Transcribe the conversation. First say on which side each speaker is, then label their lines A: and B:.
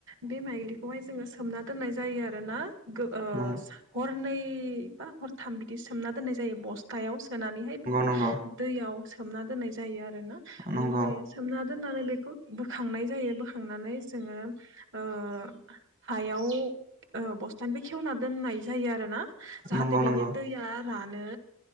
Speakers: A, on the right; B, on the right.
A: बे माइलिखौहाय जोङो सोमना दोननाय जायो आरोना गो ओ
B: नंगौ
A: हरनै बा हरथाम बिदि सोमना दोननाय जायो बस्थायाव सोनानैहाय बेखौ
B: नंगौ
A: दैयाव सोमना दोननाय जायो आरो ना बेनिफ्राय
B: नंगौ
A: सोमना दोननानै बेखौ बोखांनाय जायो बोखांनानै जोङो ओ हायाव ब दा बे खेवना दोननाय जायो आरो ना जाहाथे
B: नंगौ नंगौ
A: बिनि दैया रानो